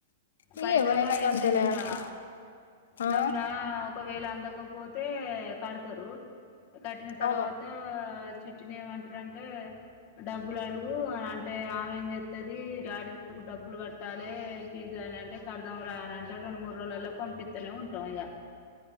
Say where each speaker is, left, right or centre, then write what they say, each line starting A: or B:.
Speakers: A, on the left; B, on the left.
A: ఇగ
B: పైసల
A: ఎవరైనా
B: కాడ
A: గంతేలే
B: ఏం లేదురా
A: అక్క ఆ
B: దబ్బున ఒకవేళ అందక పోతే కడతారు కట్టిన తర్వాత
A: అవును
B: చుట్టిని ఏమంటారంటే డబ్బులు అడుగు అ అంటే ఆమె ఏం చెస్తది డాడీనికు డబ్బులు కట్టాలే పిజ్జు అని అంటే కరదం రా అని అంటే రెండు మూడు రోజులల్లో పంపితనే ఉంటాం ఇక